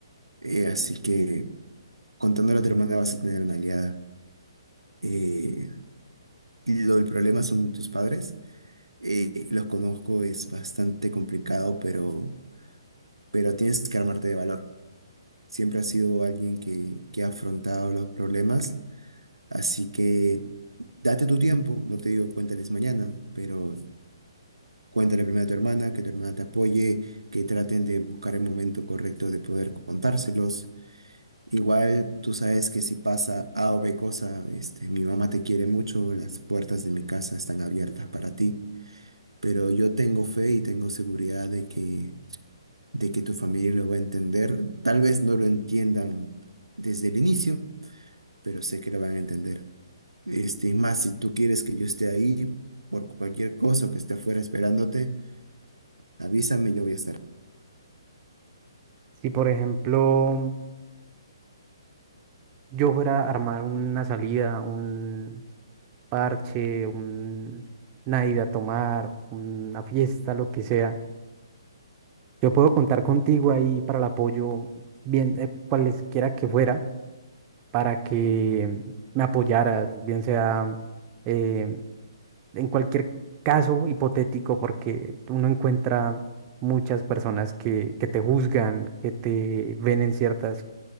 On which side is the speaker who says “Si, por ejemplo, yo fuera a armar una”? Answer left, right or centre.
Right